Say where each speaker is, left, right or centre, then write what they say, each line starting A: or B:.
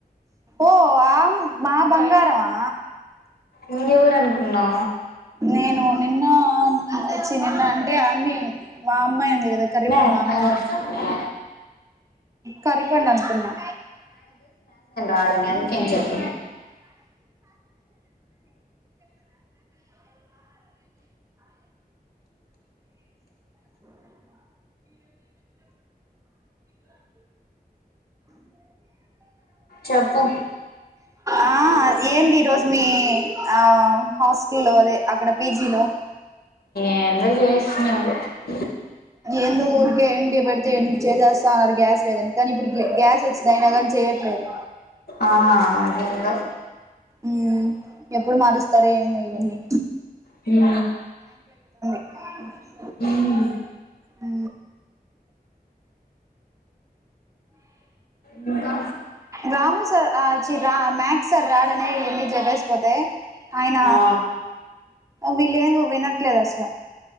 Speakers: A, on the right (about 20°); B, on the left (about 75°).
A: ఓ ఆం మా బంగారవా
B: ఇంగ ఊరు అనుకున్నా
A: నేను నిన్న వచ్చి నిన్న అంటే ఆర్మీ మా అమ్మాయి దా కరీ
B: మే
A: పండామ్
B: ఆయన వచ్చాడు మే
A: కరిపండి అనుకున్నా
B: ఆడ కం చెప్ప చెప్పు
A: ఆ ఏందీ ఈరోజు మీ ఆ హాస్టల్ లో అదే అక్కడ పీజీలో.
B: ఏందో చేస్తున్నాడు
A: ఏందో ఊర్కే ఏండి బడితే ఎం చేసేస్తా ఉన్నారు గ్యాస్ లేదని. కానీ ఇప్పుడు గ గ్యాస్ వచ్చంది అయినా గానీ చేయట్ లేదు
B: ఆ అదేందో.
A: ఊ ఎప్పుడు మారుస్తారో ఏమో ఇవన్నీ.
B: హూ
A: అ
B: హ్మ
A: ఊ
B: ఇంకా
A: రాము సార్ ఆ చి రా మ్యాత్స సార్ రాడనే ఇయ్యని చదివేసి పోతే ఆయన
B: ఆ
A: వీల్లేమో వినట్లేదు అసల.